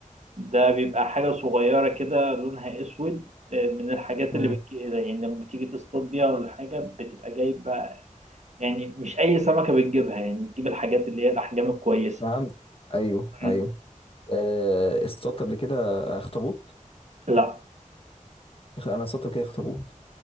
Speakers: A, on the right; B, on the left.
A: ده بيبقى حاجة صغيرة كده لونها أسود آه، من الحاجات
B: مم.
A: اللي بتجي يعني لما تيجي تصطاد بيها ولا حاجة بتبقى جايب بقى يعني مش أي سمكة بتجيبها يعني بتجيب الحاجات اللي هي الأحجام الكويسة
B: فهمت ايوه
A: مم.
B: ايوه آه، اصطادت قبل كده اخطبوط
A: لا
B: اخ- انا اصطادت قبل كده اخطبوط